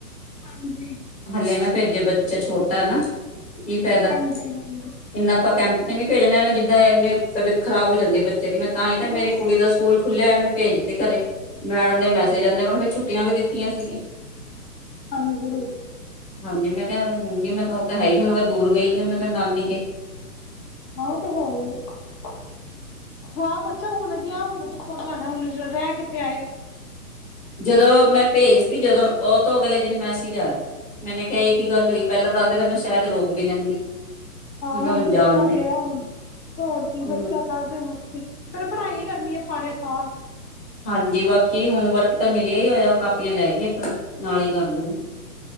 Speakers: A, on the left; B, on the left.
A: ਹਾਂਜੀ।
B: ਹੱਲ ਨਾ ਭੇਜੋ ਬੱਚਾ ਛੋਟਾ ਨਾ। ਕੀ ਫਾਇਦਾ,
A: ਹਾਂਜੀ ਹਾਂਜੀ
B: ਇੰਨਾ ਆਪਾਂ ਕੈਪ ਨੀ ਭੇਜਣਾ ਇਹਨੇ ਜਿੱਦਾ ਏਨੇ ਤਬੀਅਤ ਖਰਾਬ ਹੋ ਜਾਂਦੀ ਬੱਚੇ ਤਾਹੀ ਤਾਂ ਮੇਰੀ
A: ਬਸ
B: ਕੁੜੀ ਦੇ ਸਕੂਲ ਖੁੱਲੇ ਹੋਏ ਨੇ ਮੈਂ ਭੇਜਦੇ ਘਰੇ। ਮੈਡਮ ਦੇ ਮੈਸੇਜ ਆਂਦੇ ਨੇ, ਮੈਂ ਕਿਹਾ ਫਿਰ ਛੱਟੀਆਂ ਵੀ ਦਿੱਤੀਆਂ ਤੀਆਂ ਸੀ ਗਿਆ
A: ਹਾਂਜੀ।
B: ਹਾਂਜੀ ਮੈਂ ਕਿਹਾ ਹੁਣ ਨੀ ਮੈਂ ਕਿਹਾ ਉਹ ਤਾਂ ਹੈ ਹੀ ਨਾ ਮੈਂ ਕਿਹਾ ਦੂਰ ਗਈ ਆ ਮੈਂ ਕਿਹਾ ਨਾਨੀ ਕਦੇ
A: ਆ ਉਹ ਤਾਂ ਹੈ ਹੀ ਆ ਹਾਂ, ਬੱਚਾ ਹੁਣ ਗਿਆ ਹੁਣ। ਸੁਣ ਹੁਣ ਰਹਿ ਕਿਥੇ ਆਏ
B: ਜਦੋਂ ਮੈਂ ਭੇਜਤੀ ਜਦੋਂ, ਉਹ ਤੋਂ ਅਗਲੇ ਦਿਨ ਹੀ ਮੈਸਿਜ ਆਇਆ ਮੈਨੇ ਏ ਕੀ ਗੱਲ ਹੋਈ ਪਹਿਲਾਂ ਤਾਂ ਆਖਦੇ ਮੈਂ ਸ਼ਾਇਦ ਰੋਕ ਵੀ ਲੈਂਦੀ।
A: ਹਾਂ
B: ਮੈਂ ਕਿਹਾ
A: ਹੁਣ ਤਾਂ
B: ਜਾਣ
A: ਬੱਚਾ
B: ਦੇ
A: ਗਿਆ, ਹੁਣ ਹੋਰ ਕੀ
B: ਹਮ,
A: ਬੱਚੇ ਕਰਦੇ ਮਸਤੀ ਫਿਰ ਪੜ੍ਹਾਈ ਕਰਨੀ ਆ। ਸਾਰੇ ਸਾਲ,
B: ਹਾਂਜੀ, ਬਾਕੀ ਹੋਮਵਰਕ ਤਾਂ ਮਿਲਿਆ ਹੀ ਹੋਇਆ ਕਾਪੀਆਂ ਲੈ ਗਈ ਆਪਣਾ ਨਾਲ ਹੀ ਕਰ ਲੈਣਗੇ।